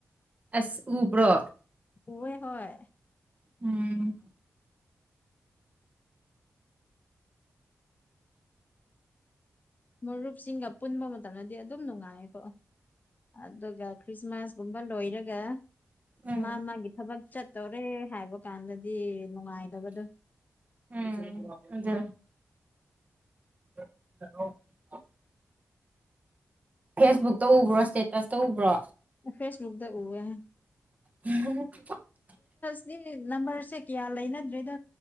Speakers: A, on the right (about 30°); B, on the left (about 35°).
A: ꯑꯁ ꯎꯕ꯭ꯔꯣ
B: ꯎꯋꯦ ꯍꯣꯏ
A: ꯎꯝ
B: ꯃꯔꯨꯞꯁꯤꯡꯒ ꯄꯨꯟꯕ ꯃꯇꯝꯗꯗꯤ ꯑꯗꯨꯝ ꯅꯨꯡꯉꯥꯏꯌꯦꯀꯣ ꯑꯗꯨꯒ ꯈ꯭ꯔꯤꯁꯃꯥꯁꯒꯨꯝꯕ ꯂꯣꯏꯔꯒ
A: ꯎꯝ
B: ꯃꯥ ꯃꯥꯒꯤ ꯊꯕꯛ ꯆꯠꯇꯣꯔꯦ ꯍꯥꯏꯕ ꯀꯥꯟꯗꯗꯤ ꯅꯨꯡꯉꯥꯏꯇꯕꯗꯣ
A: ꯎꯝ ꯑꯗꯨ <unintelligible> ꯐꯦꯁꯕꯨꯛꯇ ꯎꯕ꯭ꯔꯣ ꯁꯇꯦꯠꯇꯁꯇ ꯎꯕ꯭ꯔꯣ
B: ꯐꯦꯁꯕꯨꯛꯗ ꯎꯋꯦ
A: <unintelligible>
B: ꯁꯤ ꯅꯝꯕꯔꯁꯦ ꯀꯌꯥ ꯂꯩꯅꯗ꯭ꯔꯦꯗ